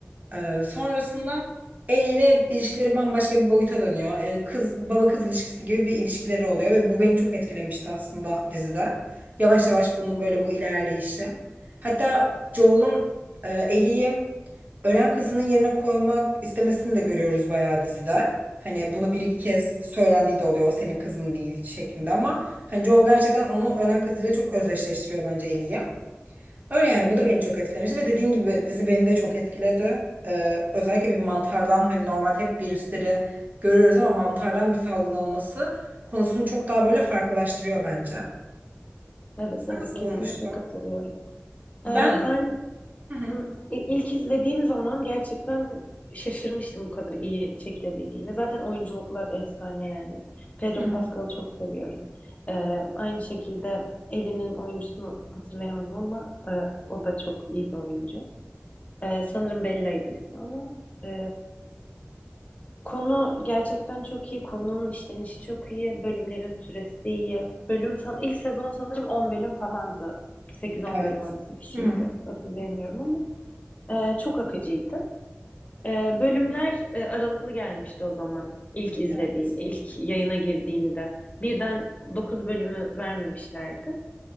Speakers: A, on the right; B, on the left.
A: Ee, sonrasında Ellie ile ilişkileri bambaşka bir boyuta dönüyor. Ee, kız baba kız ilişkisi gibi bir ilişkileri oluyor ve bu beni çok etkilemişti aslında dizide. Yavaş yavaş bunun böyle bu ilerleyişi. Hatta Joel'un e, Ellie'yi ölen kızının yerine koymak istemesini de görüyoruz bayağı dizide. Hani bunu bir iki kez söylendiği de oluyor. O senin kızın değil şeklinde ama hani Joel gerçekten onu ölen kızıyla çok özdeşleştiriyor bence Ellie'yi. Öyle yani
B: Hı
A: bu
B: hı.
A: da beni çok etkilemişti ve dediğin gibi dizi beni de çok etkiledi. Ee, özellikle bir mantardan hani normal hep virüsleri görüyoruz ama mantardan bir salgın olması konusunu çok daha böyle farklılaştırıyor bence.
B: Evet
A: Sen
B: evet
A: nasıl
B: kesinlikle
A: bulmuştun?
B: katılıyorum.
A: Ben
B: E, ben
A: Hı hı,
B: Hı, i- İlk izlediğim zaman gerçekten şaşırmıştım bu kadar iyi çekilebildiğine. Zaten oyunculuklar efsane yani. Pedro
A: hı hı.
B: Pascal'ı çok seviyorum. Ee, aynı şekilde Ellie'nin oyuncusunu hatırlayamadım ama e, o da çok iyi bir oyuncu. Ee, sanırım Bella'ydı ismi ama e, konu gerçekten çok iyi. Konunun işlenişi çok iyi. Bölümlerin süresi iyi. Bölüm san ilk sezon sanırım 10 bölüm falandı. 8-10
A: Evet.
B: bölüm arası bir şeydi.
A: Hı hı.
B: Hatırlayamıyorum ama. Ee, çok akıcıydı. Ee, bölümler e, aralıklı gelmişti o zaman. İlk izlediğim,
A: Evet.
B: ilk yayına girdiğinde. Birden 9 bölümü vermemişlerdi.